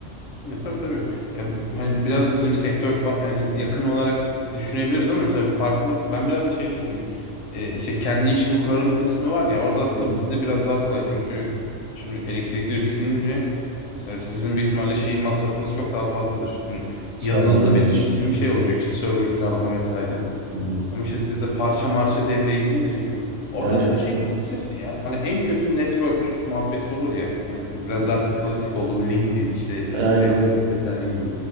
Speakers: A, on the left; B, on the right.
A: Ya, tabii tabii. Ya b- hani biraz da bizim sektör fa- yani yakın olarak t- düşünebiliriz ama mesela bir farklılık ben biraz da şey düşündüm. Ee, işte kendi işimi kurarım kısmı var ya orada aslında
B: Hı hı.
A: bizde biraz daha kolay çünkü şimdi elektrikli düşününce mesela sizin büyük ihtimalle şeyin masrafınız çok daha fazladır. Hani
B: Sermaye
A: yazılımda benim
B: için.
A: maksimum
B: evet.
A: şey olacak işte server kiralama vesaire.
B: Hı hı.
A: Ama işte sizde parça marşı devreye girince orada
B: Yani
A: aslında şey
B: evet.
A: düşünürsün ya. Hani en kötü network muhabbeti olur ya. Hani biraz
B: Hı hı.
A: artık klasik oldu bu LinkedIn işte
B: Aynen.
A: network vesaire gibi.